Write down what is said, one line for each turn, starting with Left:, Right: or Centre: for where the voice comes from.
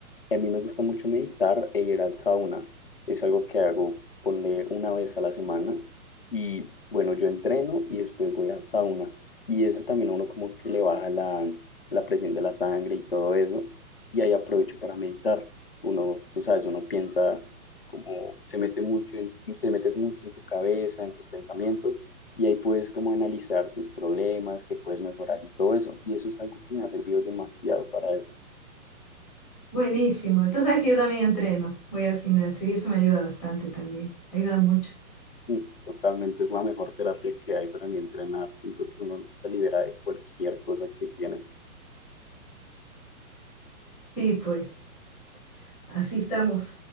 Left: Y a mí me gusta mucho meditar e ir al sauna. Es algo que hago, ponle una vez a la semana. Y bueno, yo entreno y después voy al sauna. Y eso también a uno como que le baja la, la presión de la sangre y todo eso. Y ahí aprovecho para meditar. Uno, tú sabes, uno piensa como se mete mucho en, te metes mucho en tu cabeza, en tus pensamientos. Y ahí puedes como analizar tus problemas, que puedes mejorar y todo eso. Y eso es algo que me ha servido demasiado para desarrollar
Centre: buenísimo. Tú sabes que yo también entreno, voy al gimnasio y eso me ayuda bastante también. Ayuda mucho.
Left: Mm, Totalmente es la mejor terapia que hay para mí entrenar. Siento que uno se libera de cualquier cosa que tiene.
Centre: Sí, pues. Así estamos,